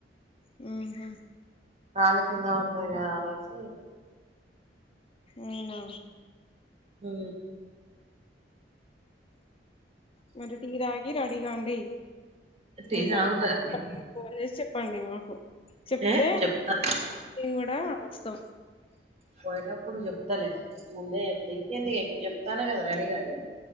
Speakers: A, on the left; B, on the right.
A: మ్ హు మ్
B: రాళ్ళ కింద పడుతది కదా అనేసి
A: నేనా
B: మ్
A: మీరు టీ తాగి రడీ కాండి
B: టీ
A: వెెళ్ళ
B: తాగుతదా
A: <unintelligible>
B: నే
A: పోన్ చేసి చెప్పండి మాకు చెప్తే
B: ఏ చెప్తా
A: మేము కూడా వస్తాం
B: పోయెటప్పుడు చెప్తలే ముందే చెప్తే ఇంకేందుకె ఇక ఇప్పుడు చెప్తాను కదా రెడీగా ఇక